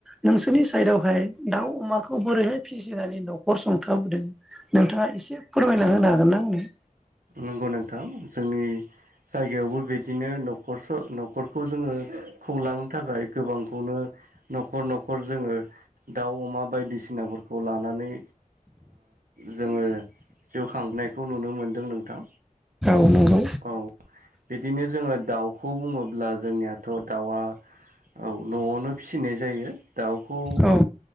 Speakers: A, in the centre; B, on the right (about 75°).
A: नोंसोरनि साइदावहाय दाउ अमाखौ बोरैहाय फिसिनानै न'खर संथाबोदों? नोंथाङा एसे फोरमायना होनो हागोन ना आंनो?
B: नंगौ नोंथां जोंनि जायगायावबो बिदिनो न'खरस न'खरखौ जोङो खुंलांनो थाखाय गोबांखौनो न'खर न'खर जोङो दाउ अमा बायदिसिनाफोरखौ खौ लानानै जोङो जिउ खांनायखौ नुनो मोनदों नों थां
A: औ नंगौ
B: औ बिदिनो जोङो दाउखौ बुङोब्ला जोंनियाथ' दाउआ औ न'आवनो फिसिनाय जायो। दाउखौ
A: औ